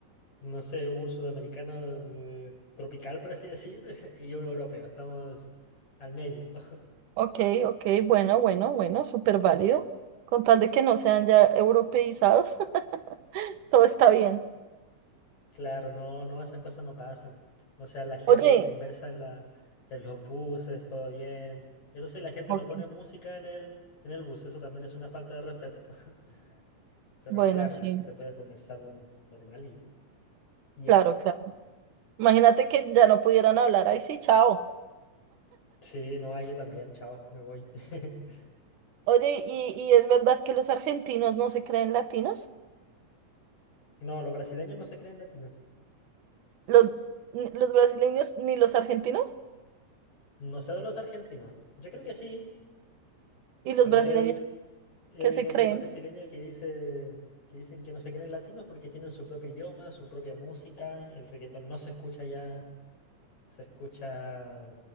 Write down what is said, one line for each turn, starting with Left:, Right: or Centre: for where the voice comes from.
Left: no sé, un sudamericano eh, tropical por así decir <laughs> y un europeo, estamos al medio. <laughs>
Right: Ok, ok, bueno, bueno, bueno, súper válido, con tal de que no sean ya europeizados, <laughs> todo está bien.
Left: Claro, no, no, esas cosas no pasan. O sea, la gente
Right: Oye,
Left: conversa en la en los buses, todo bien. Eso sí, la gente
Right: Ok.
Left: no pone música en el en el bus, eso también es una falta de respeto. <laughs> Pero
Right: bueno,
Left: claro,
Right: sí,
Left: la gente puede conversar normal y y
Right: claro,
Left: eso.
Right: claro. Imagínate que ya no pudieran hablar, ahí sí, chao.
Left: Sí, no, ah, yo también, chao, me voy. <laughs>
Right: Oye, ¿y, y es verdad que los argentinos no se creen latinos?
Left: No, los brasileños no se creen latinos.
Right: ¿Los, n- los brasileños ni los argentinos?
Left: No sé de los argentinos. Yo creo que sí,
Right: Y los
Left: pero
Right: brasileños
Left: he oído, he
Right: que
Left: oído
Right: se creen,
Left: muchos brasileños que dice, que dicen que no se creen latinos porque tienen su propio idioma, su propia música. El reggaetón no se escucha ya, se escucha,